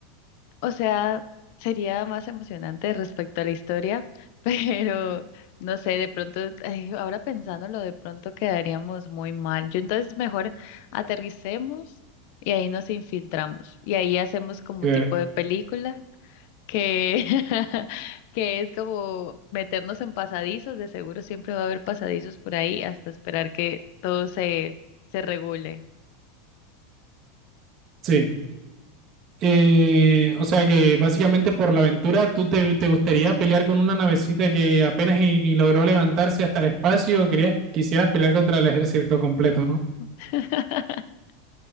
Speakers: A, on the left; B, on the right.
A: O sea, sería más emocionante respecto a la historia, <laughs> pero no sé, de pronto, ay, ahora pensándolo, de pronto quedaríamos muy mal. Yo entonces mejor aterricemos y ahí nos infiltramos y ahí hacemos como
B: Eh,
A: tipo de película que, <laughs> que es como meternos en pasadizos, de seguro siempre va a haber pasadizos por ahí hasta esperar que todo se, se regule.
B: sí. Eh, o sea que básicamente por la aventura, ¿tú te, te gustaría pelear con una navecita que apenas y, y logró levantarse hasta el espacio? Querías, quisieras pelear contra el ejército completo, ¿no?
A: <laughs>